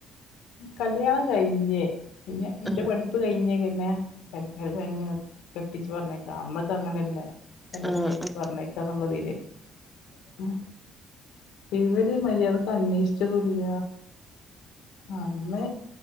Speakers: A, on the left (about 80°); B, in the centre.
A: കല്യാണം കഴിഞ്ഞേ പിന്നെ എൻ്റെ
B: ആഹ്
A: പഠിപ്പ് ഉപ്പ് കഴിഞ്ഞക്ക തന്നെ പരക്കര കഴി കെട്ടിച്ച് പറഞ്ഞേക്കാം അന്നൊക്കെ അങ്ങനെയല്ലേ കല്യാണം
B: ആഹ്
A: കഴിച്ച്
B: ആഹ്
A: പറഞ്ഞേക്കാന്നുള്ളതില് ഉം ഇവര് മര്യാദക്ക് അന്വേഷിച്ചതുല്ല അന്നേ